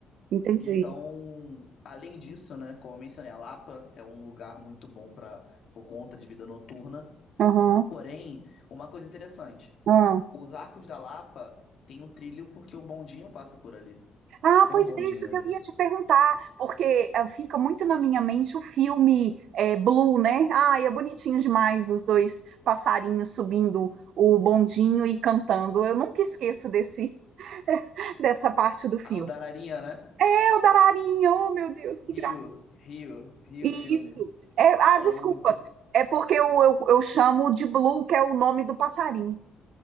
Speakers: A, on the right; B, on the left.
A: entendi.
B: Então, além disso, né, como eu mencionei, a Lapa é um lugar muito bom para por conta de vida noturna.
A: Aham,
B: Porém, uma coisa interessante,
A: ah.
B: os arcos da Lapa tem um trilho porque o bondinho passa por ali.
A: Ah,
B: Tem
A: pois
B: um bondinho
A: é isso que
B: ali.
A: eu ia te perguntar, porque eh, fica muito na minha mente o filme eh, Blue, né? Ai, é bonitinho demais os dois passarinhos subindo o bondinho e cantando. Eu nunca esqueço desse <laughs> dessa parte do filme.
B: Ah, o da Ararinha, né?
A: É o Dararinho, oh meu Deus, que
B: Rio,
A: graça.
B: Rio, Rio
A: Isso.
B: filme.
A: É, ah,
B: É
A: desculpa.
B: o. d-
A: É porque eu, eu, eu chamo de Blue, que é o nome do passarinho.